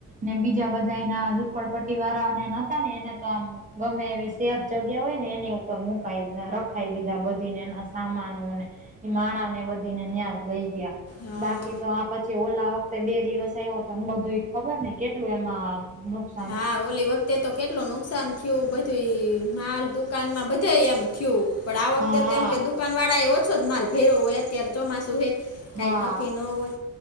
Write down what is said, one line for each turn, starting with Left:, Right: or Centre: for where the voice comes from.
Right: ને બીજા બધા એના ઝપડપટ્ટી વાળાને નહોતા ને એના તો આમ ગમે એવી સેફ જગ્યા હોય ને એની ઉપર મુકાઈ દીધા રખી દીધા બધીને એના સામાનોને એ માણ ને બધીને ન્યાદ લઈ ગયા
Left: હા
Right: બાકી તો આપ પછી ઓલા વખતે બે દિવસ આવ્યો તોને બધું ખબર ને કેટલું એમાં નુકાન
Left: હા ઓલી વત તે તો કેટલું નુકસાન થયું બધી માલ દુકાનમાં બધે એમ થયું. પણ આ વખતે
Right: હા
Left: તેમમ કે દુકાન વાળા એ ઓછો જ માલ ભેરો્યો હોય અત્યારે ચોમાસું હે કઈ
Right: હા
Left: નકી ન હોય